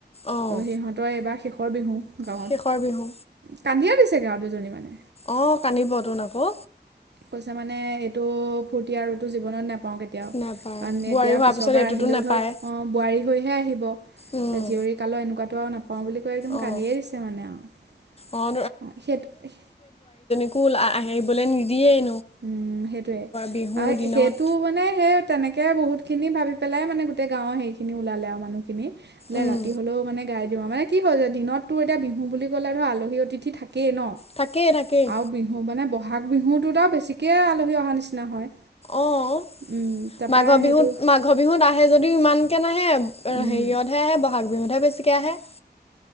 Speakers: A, on the left; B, on the right.
A: অঁ
B: অ, সিহঁতৰ এইবাৰ শেষৰ বিহু। গাঁৱত,
A: শেষৰ বিহু
B: কান্দিয়ে ছে গাঁৱ দুজনী মানে।
A: অ কান্দিবতোন আকৌ।
B: কৈছে মানে এইটো ফূৰ্তি আৰুটো জীৱনত নাপ পাওঁ কেতিয়াও
A: নাপায়
B: কাৰণ
A: বোৱাৰী
B: এতিয়া
A: হোৱাৰ
B: পিছৰ
A: পিছত
B: বাৰ
A: এইটোতো
B: আহিলেও
A: নাপায়
B: ধৰক অ বোৱাৰী লৈহে আহিব। জীয়ৰী
A: উম
B: কালো এনেকুৱা <unintelligible> পাওঁ বুলি কয় একদম
A: অঁ
B: কান্দিয়ে দিছে মানে আৰু,
A: অঁ
B: সেইটো
A: স্কুল আনিবলৈ নিদিয়েই
B: উম সেইটোয়ে
A: বিহু
B: আৰু
A: দিনত
B: সেইটো মানে সেই তেনেকে তাকে বহুতখিনি ভাবি পেলাই মানে গোটেই গাঁৱৰ হেইখিনিও ওলালে আৰু মানুহখিনি বোলে
A: উম
B: ৰাতি হ'লেও মানে গাই দিওঁ আৰু মানে কি হ'ল যে দিনতো এতিয়া বিহু বুলি ক'লে ধৰ আলহী অতিথি থাক কেই ন
A: থাকেই থাকেই
B: আৰু বিহু মানে বহাগ বিহুটোত আৰু বেছি ঠিকে আলহী অহাৰ নিচিনা হয়।
A: অঁ,
B: উম তাৰপৰা
A: মাঘৰ বিহুত
B: সেইটো
A: মাঘ বিহুত আহে যদিও ইমান <unintelligible> <unintelligible> হেৰিয়তহে
B: উম
A: আহে বহাগ বিহুতহে বেছি। <unintelligible>